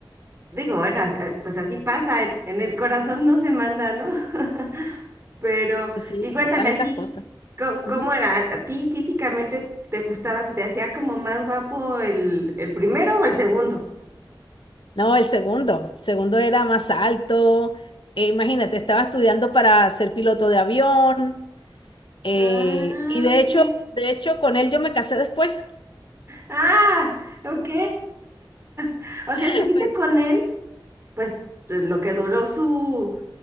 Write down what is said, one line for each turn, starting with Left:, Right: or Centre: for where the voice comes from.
Right: digo, bueno, as- a- pues así pasa, en, en el corazón no se manda, ¿no? <laughs> Pero,
Left: Y sí,
Right: y cuéntame
Left: pasan
Right: así,
Left: esas cosas.
Right: co- ¿cómo,
Left: Ujú.
Right: era? ¿A ti físicamente te gustaba, se te hacía como más guapo el, el primero o el segundo?
Left: No, el segundo, el segundo era más alto, Eh, imagínate, estaba estudiando para ser piloto de avión, eh,
Right: Ah,
Left: y de
Right: ok.
Left: hecho, de hecho, con él yo me casé después.
Right: Ah, ok. <laughs> O sea,
Left: <laughs>
Right: estuviste con él, pues lo que duró su,